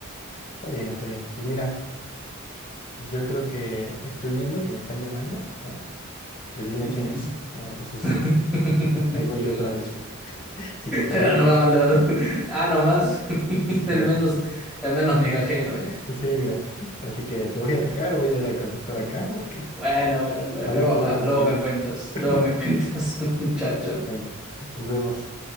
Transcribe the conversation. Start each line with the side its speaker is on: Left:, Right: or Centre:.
Left: Está bien, está bien. Pues mira, yo creo que estoy viendo que me están llamando. ¿ah? Y adivina
Centre: Ujú.
Left: quién es. Ah, pues es
Centre: <laughs>
Left: ella. Ahí voy yo otra vez, mira. Así que te
Centre: Ah,
Left: voy a
Centre: nomás,
Left: dejar.
Centre: lo- ah, nomás. <laughs>
Left: Así que,
Centre: El menos, el menos migajero, ¿eh?
Left: sí, mira. Así que te voy a dejar o voy a ir a contestar acá porque
Centre: Bueno, bueno, lo-
Left: algo
Centre: luego
Left: puedo
Centre: hablamos,
Left: conseguir.
Centre: luego me cuentas,
Left: <laughs>
Centre: luego me cuentas, <laughs> muchacho
Left: Luego te cuento. Nos vemos.